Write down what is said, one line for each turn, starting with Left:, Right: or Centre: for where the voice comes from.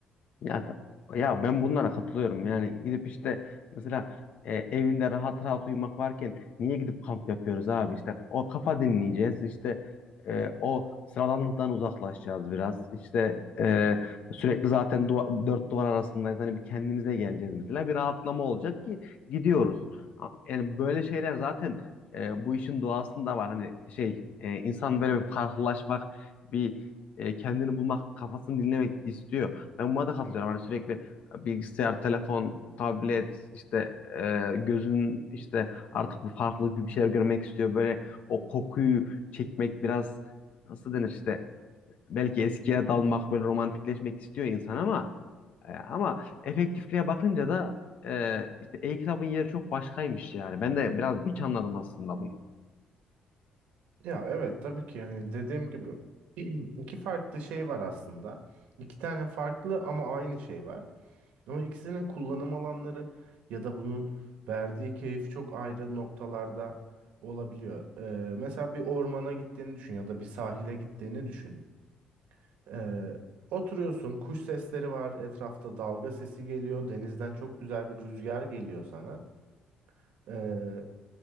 Left: Ya, ta- ya ben bunlara katılıyorum. Yani gidip işte mesela e, evinde rahat rahat uyumak varken niye gidip kamp yapıyoruz abi? İşte o kafa dinleyeceğiz. İşte e, o sıradanlıktan uzaklaşacağız biraz. İşte e, sürekli zaten duva- dört duvar arasındayız. Hani bir kendimize geleceğiz mesela. Bir rahatlama olacak ki gidiyoruz. A- Yani böyle şeyler zaten e, bu işin doğasında var. Hani şey e, insan böyle bir farklılaşmak, bir e, kendini bulmak, kafasını dinlemek istiyor. Ben buna da katılıyorum. Hani sürekli e, bilgisayar, telefon, tablet, işte e, gözün işte artık bir farklı bir şeyler görmek istiyor. Böyle o kokuyu çekmek biraz nasıl denir işte belki eskiye dalmak, böyle romantikleşmek istiyor insan ama e, ama efektifliğe bakınca da e, işte e-kitabın yeri çok başkaymış yani. Ben de biraz geç anladım aslında bunu.
Right: Ya evet tabii ki yani dediğim gibi <clears throat> iki farklı şey var aslında. İki tane farklı ama aynı şey var. Ama ikisinin kullanım alanları ya da bunun verdiği keyif çok ayrı noktalarda olabiliyor. Ee, mesela bir ormana gittiğini düşün ya da bir sahile gittiğini düşün. Ee, oturuyorsun, kuş sesleri var, etrafta dalga sesi geliyor, denizden çok güzel bir rüzgar geliyor sana. Ee,